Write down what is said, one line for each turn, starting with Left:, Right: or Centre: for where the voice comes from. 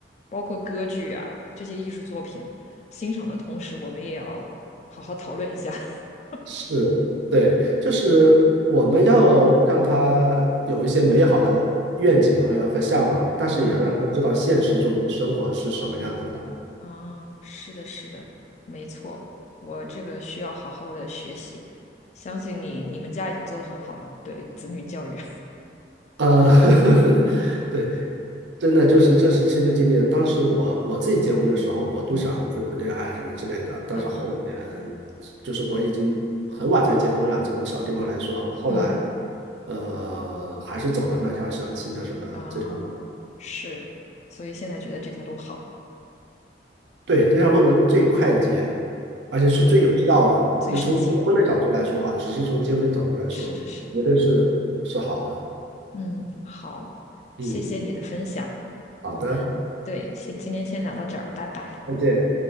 Left: 包括歌剧啊这些艺术作品，欣赏的同时，我们也要好好讨论一下。<laughs>
Right: 是，对，就是我们要让他有一些美好的愿景和和向往，但是也要让他知道现实中生活是什么样子的。
Left: 嗯。啊，是的，是的，没错，我这个需要好好的学习，相信你，你们家已经做的很好了，对子女教育，
Right: 呃，<laughs> 对，真的就是这是亲身经历的。当时我我自己结婚的时候，我都想自由恋爱什么之类的，
Left: <laughs> 嗯
Right: 但是后面
Left: 啊，
Right: 就是我已经很晚才结婚了，从我们小地方来说，后来
Left: 嗯
Right: 呃还是走了那条相亲的什么这条。
Left: 啊，
Right: 路。
Left: 是，所以现在觉得这条路好，
Right: 对，这条路最快捷，而且是最有效的。
Left: 对，最省心，
Right: 就从结婚的角度来说啊，只是从结婚的角度来说，
Left: 是是是，
Right: 绝对是是好的。
Left: 嗯，好，谢谢你的分享，
Right: 嗯，好的，
Left: 我们对，先今天先聊到这儿，拜拜。
Right: 再见。